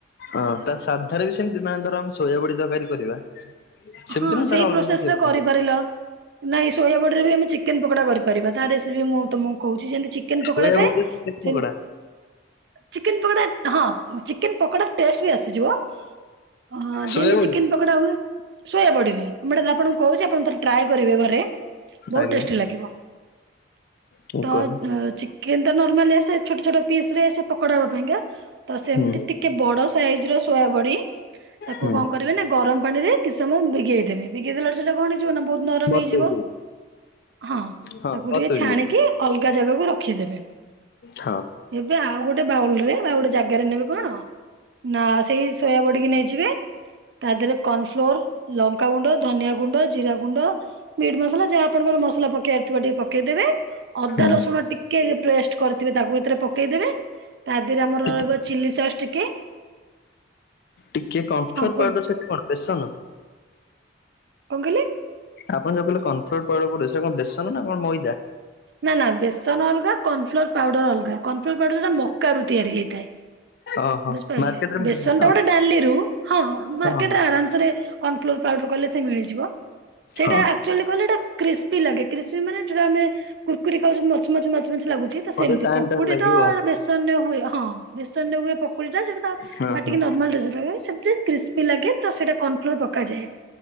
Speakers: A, on the left; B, on the right.
A: ହଁ ତା ସାଧାରେ ବି ସେମିତି ନା ଧର ସୋଇୟା ବଡି ତରକାରୀ କରିବା। ସେମିତି
B: ହଁ
A: ନା
B: ସେଇ
A: ତାର ଅଲଗା
B: ପ୍ରୋସେସରେ
A: କିଛି ଅଛି
B: କରିପାରିଲ। ନାଇଁ ସୋୟା ବଡ଼ିରେ ବି ଆମେ ଚିକେନ ପକୋଡା କରିପାରିବା, ତା ରେସିପି ମୁଁ ତମକୁ କହୁଛି ଯେମିତି ଚିକେନ ପକୋଡା
A: ସୋୟା
B: ଥାଏ,
A: ବଡିରେ ଚିକେନ ପକୋଡା
B: ସେମତି ଚିକେନ ପକୋଡା ହଁ ଚିକେନ ପକୋଡା ଟେଷ୍ଟ ବି ଆସିଯିବ। ହଁ
A: ସୋୟା
B: ଯେମତି
A: ବଡିରେ
B: ଚିକେନ ପକଡା ହୁଏ। ସୋୟୋ ବଡ଼ିରେ ମୁଁ ଆପଣଙ୍କୁ କହୁଛି ଆପଣ ଥରେ ଟ୍ରାଏ କରିବେ ଘରେ ବହୁତ
A: ଆଜ୍ଞା
B: ଟେଷ୍ଟି ଲାଗିବ।
A: କୁହନ୍ତୁ
B: ତ ଚିକେନ ତ ନର୍ମାଲି ଆସେ ଛୋଟ ଛୋଟ ପିସ ରେ ସେ ପକଡା ହେବା ପାଇଁକା। ତ ସେମିତି
A: ହୁଁ
B: ଟିକେ ବଡ ସାଇଜ ର ସୋୟା ବଡି ତାକୁ
A: ହୁଁ
B: କଣ କରିବେ ନା ଗରମ ପାଣି ରେ କିସ୍ ତ ମୁଁ ବିଗେଇ ଦେବେ ବିଗେଇଦେଲ ସେଟା କଣ ହେଇଯିବ ନା ବହୁତ ନରମ
A: ବତୁରି
B: ହେଇଯିବ।
A: ଯିବ।
B: ହଁ
A: ହଁ
B: ତାକୁ
A: ବତୁରି
B: ଟିକେ ଛାଣିକି
A: ଯିବ
B: ଅଲଗା ଜାଗାକୁ ରଖିଦେବେ।
A: ହଁ।
B: ଏବେ ଆଉ ଗୋଟେ ବାଉଲ ରେ ବା ଗୋଟେ ଜାଗାରେ ନେବେ କଣ? ନା ସେଇ ସୋୟା ବଡିକି ନେଇଯିବେ ତା ଦେରେ କର୍ଣ ଫ୍ଲୋର। ଲଙ୍କା ଗୁଣ୍ଡ, ଧନିଆ ଗୁଣ୍ଡ, ଜିରା ଗୁଣ୍ଡ, ମିଟ୍ ମସଲା। ଯାହା ଆପଣଙ୍କର ମସଲା ପକେଇବାର ଥିବ ଟିକେ ପକେଇଦେବେ, ଅଦା
A: ହୁଁ
B: ରସୁଣ ଟିକେ କେ ପେଷ୍ଟ କରିଥିବେ ତାକୁ ଏଥିରେ ପକେଇଦେବେ ତା ଦେହରେ ଆମର
A: ଟି-
B: ରହିବ ଚିଲି ସସ୍ ଟିକେ।
A: ଟିକେ କର୍ନଫ୍ଲୋର
B: ହଁ କୁହନ୍ତୁ
A: ପାଉଡର ସେଟା କଣ ବେସନ?
B: କଣ କହିଲେ?
A: ଆପଣ ଯୋଉ କହିଲେ କର୍ନଫ୍ଲୋର୍ ପାଉଡର ପଡିବ ସେଟା କଣ ବେସନ ନା କଣ ମଇଦା?
B: ନା ନା ବେସନ ଅଲଗା କର୍ନଫ୍ଲୋର ପାଉଡର ଅଲଗା କର୍ନଫ୍ଲୋର ପାଉଡର ଯୋଟା ମକା ରୁ ତିଆରି ହେଇଥାଏ।
A: ଓହୋ
B: ବୁଝିପାରିଲେ
A: ମାର୍କେଟରେ
B: ବେସନ
A: ମିଳେ ତ
B: ଟା ଗୋଟେ ଡାଲି ରୁ ହଁ
A: ହଁ
B: ମାର୍କେଟରେ ଆରାମ ସରେ କର୍ନଫ୍ଲୋର ପାଉଡର କହିଲେ ସେ ମିଳିଯିବ। ସେଇଟା
A: ହଁ।
B: ଆକ୍ଚୁଆଲି କହିଁଲେ ଏଟା କ୍ରିସ୍ପି ଲାଗେ କ୍ରିସ୍ପି ମାନେ ଯୋଟା ଆମେ କୁରକୁରୀ ଖାଉଛେ ମଚ ମଚ ମଚ ମଚ ଲାଗୁଛି ତ
A: ବୋଧେ
B: ସେମିତି
A: ଟାଇମ୍
B: ପକୁଡି
A: ଟାଇମ୍ ଲାଗିବ
B: ତ ବେସ ବେସନ ରେ ହୁଏ ହଁ ବେସନ ରେ ହୁଏ ପକ କୁଡ଼ିଟା ସେଟା ତ
A: ହଁ
B: ପାଟିକି
A: ହଁ
B: ନର୍ମାଲ ସେଟା ଲାଗେ ସେତ କ୍ରିସପି ଲାଗେ ତ ସେଇଟା କର୍ନଫ୍ଲୋର୍ ପକାଯାଏ।